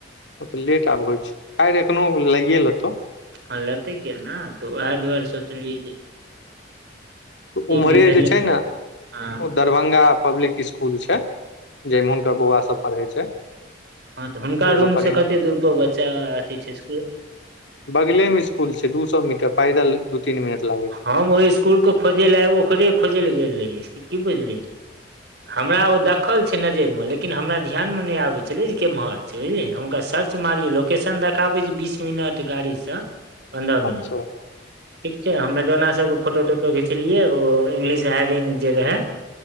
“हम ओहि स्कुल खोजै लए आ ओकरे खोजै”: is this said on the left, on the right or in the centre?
Right